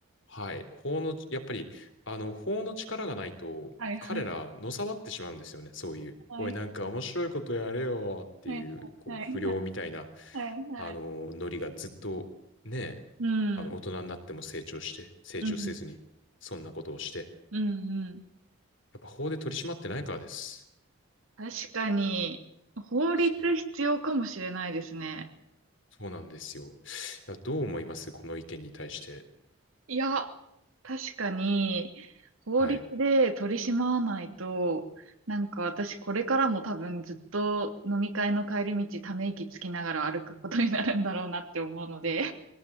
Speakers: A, on the left (about 60°); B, on the right (about 70°).
A: はい。法の、やっぱり、あの、法の力がないと、
B: はいはい
A: 彼ら、のさばってしまうんですよね。そういう、
B: はい。
A: おい、なんか面白いことやれよっていう、
B: はいはいはい
A: こう、不良みたいな、
B: はいはい。
A: あの、
B: はい
A: ノリがずっと、ね、
B: うん。
A: あの、大人になっても成長して、成長せずに、
B: うん。
A: そんなことをして、
B: うんうん。
A: やっぱ法で取り締まってないからです。
B: 確かに、法律必要かもしれないですね。
A: そう、そうなんですよ。いや、どう思いますこの意見に対して。
B: いや、確かに、法律で取り締まわないと、
A: はい。
B: なんか私これからも多分ずっと飲み会の帰り道ため息つきながら歩くことになるんだろうなって思うので、